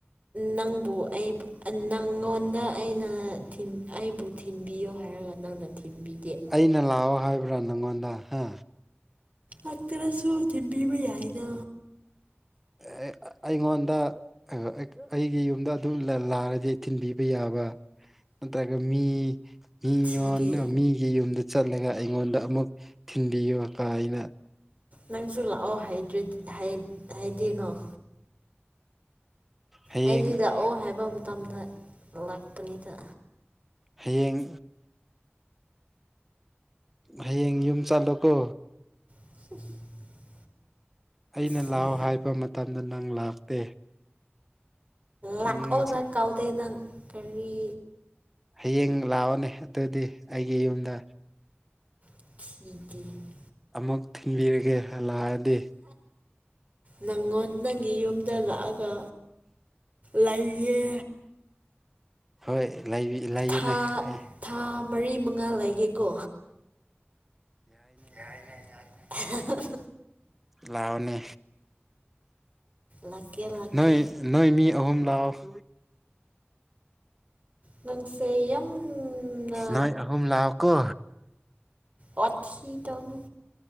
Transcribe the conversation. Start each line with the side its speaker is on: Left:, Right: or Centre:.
Right: ꯅꯪꯕꯨ ꯑꯩꯕꯨ ꯅꯪꯉꯣꯟꯗ ꯑꯩꯅ ꯊꯤꯟ ꯑꯩꯕꯨ ꯊꯤꯟꯕꯤꯌꯣ ꯍꯥꯏꯔꯒ ꯅꯪꯅ ꯊꯤꯟꯕꯤꯗꯦ
Centre: ꯑꯩꯅ ꯂꯥꯛꯑꯣ ꯍꯥꯏꯕ꯭ꯔꯥ ꯅꯪꯉꯣꯟꯗ ꯍꯥ
Right: ꯑꯗꯨꯁꯨ ꯊꯤꯟꯕꯤꯕ ꯌꯥꯏꯅ
Centre: ꯑꯦ ꯑꯩꯉꯣꯟꯗ <unintelligible> ꯑꯩ ꯑꯩꯒꯤ ꯌꯨꯝꯗ ꯑꯗꯨꯝꯅ ꯂꯥꯑꯗꯤ ꯊꯤꯟꯕꯤꯕ ꯌꯥꯕ <unintelligible> ꯃꯤꯉꯣꯟꯗ
Right: ꯊꯤꯗꯦ
Centre: ꯃꯤꯒꯤ ꯌꯨꯝꯗ ꯆꯠꯂꯒ ꯑꯩꯉꯣꯟꯗ ꯑꯃꯨꯛ ꯊꯤꯟꯕꯤꯌꯨ ꯀꯥꯏꯅ
Right: ꯅꯪꯁꯨ ꯂꯥꯛꯑꯣ ꯍꯥꯏꯗꯔ꯭ꯤ ꯍꯥꯏꯗꯤꯅꯣ
Centre: ꯍꯌꯦꯡ
Right: ꯑꯩꯗꯤ ꯂꯥꯛꯑꯣ ꯍꯥꯏꯕ ꯃꯇꯝꯗ ꯂꯥꯛꯄꯅꯤꯗ
Centre: ꯍꯌꯦꯡ ꯍꯌꯦꯡ ꯌꯨꯝ ꯆꯠꯂꯣꯀꯣ
Right: <inaudible>
Centre: ꯑꯩꯅ
Right: ꯊꯤ
Centre: ꯂꯥꯛꯑꯣ ꯍꯥꯏꯕ ꯃꯇꯝꯗ ꯅꯪ ꯂꯥꯛꯇꯦ
Right: ꯂꯥꯛꯑꯣ
Centre: ꯅꯪꯁꯦ
Right: ꯅ ꯀꯧꯗꯦ ꯅꯪ ꯀꯔꯤ
Centre: ꯍꯌꯦꯡ ꯂꯥꯛꯑꯣꯅꯦ ꯑꯗꯨꯗꯤ ꯑꯩꯒꯤ ꯌꯨꯝꯗ
Right: <unintelligible>
Centre: ꯑꯃꯨꯛ ꯊꯤꯡꯕꯤꯔꯒꯦ ꯍꯜꯂꯛꯑꯗꯤ
Right: ꯅꯪꯉꯣꯟ ꯅꯪꯒꯤ ꯌꯨꯝꯗ ꯂꯥꯛꯑꯒ ꯂꯩꯌꯦ
Centre: ꯍꯣꯏ ꯂꯩꯕꯤ ꯂꯩꯌꯨꯅꯦ
Right: ꯊꯥ
Centre: ꯑꯩ
Right: ꯊꯥ ꯃꯔꯤ ꯃꯉꯥ ꯂꯩꯒꯦꯀꯣ ꯌꯥꯏꯅꯦ ꯌꯥꯏꯅꯦ
Centre: ꯂꯥꯛꯑꯣꯅꯦ
Right: ꯂꯥꯛꯀꯦ ꯂꯥꯛꯀꯦ
Centre: ꯅꯣꯏ ꯅꯣꯏ ꯃꯤ ꯑꯍꯨꯝ ꯂꯥꯛꯑꯣ
Right: ꯅꯪꯁꯦ ꯌꯝꯅ
Centre: ꯅꯣꯏ ꯑꯍꯨꯝ ꯂꯥꯛꯑꯣꯀꯣ
Right: ꯋꯥꯊꯤ ꯇꯧꯅꯨ